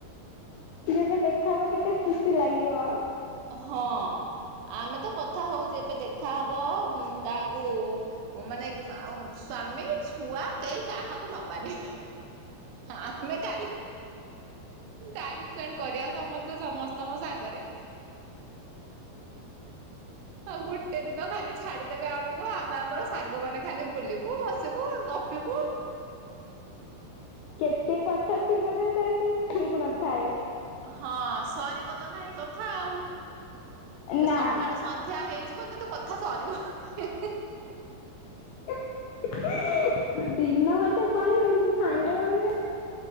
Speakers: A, on the left; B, on the right.
A: ଯେବେ ଦେଖା ହବ କେତେ ଖୁସି ଲାଗିବ।
B: ହଁ ଆମେ ତ କଥା ହଉଛେ ଏବେ ଦେଖା ହବ କାହାକୁ ମାନେ ସ୍ଵାମୀ ଛୁଆ କେହି କାହାକୁ ନବାନି ଆମେ ଖାଲି ଟାଇ ସ୍ପେଣ୍ଡ କରିବା ସମସ୍ତେ ସମସ୍ତଙ୍କ ସାଙ୍ଗରେ ହଁ ଗୋଟେ ଦିନ ଖାଲି ଛାଡିଦେବେ ଆମକୁ ଆମେ ଆମର ସାଙ୍ଗମାନେ ଖାଲି ବୁଲିବୁ ବସିବୁ ଗପିବୁ
A: ଏତେ କଥା ଥିବ ଯେ ତା ଠିକ୍ ନଥାଏ।
B: ହଁ ସରିବ ତ ନାହିଁ କଥା ଆଉ
A: ନା।
B: ସକାଳୁ ସନ୍ଧ୍ୟା ହେଇଯିବ କିନ୍ତୁ କଥା ସରିବନି?
A: ଦି ଦିନ ଗୋଟେ ପଳେଇବେ କିନ୍ତୁ ସାଙ୍ଗମାନଙ୍କୁ ଛାଡି